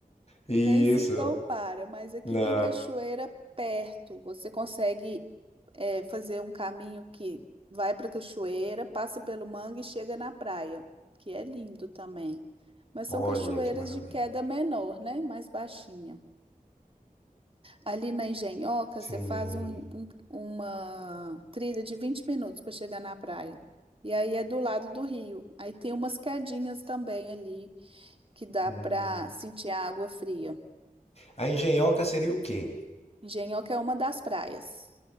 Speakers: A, on the left; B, on the right.
A: <laughs>
B: Nem se
A: isso.
B: compara, mas aqui
A: Na...
B: tem cachoeira perto. Você consegue eh, fazer um caminho que vai para a cachoeira, passa pelo mangue e chega na praia, que é lindo também. Mas são
A: Olha
B: cachoeiras
A: que maravilha.
B: de queda menor, né? Mais baixinha. Ali na Engenhoca,
A: Sim.
B: você faz um- um- uma trilha de 20 minutos para chegar na praia. E aí é do lado do rio. Aí tem umas quedinhas também ali que dá
A: Hum.
B: para sentir a água fria.
A: A Engenhoca seria o quê?
B: Engenhoca é uma das praias,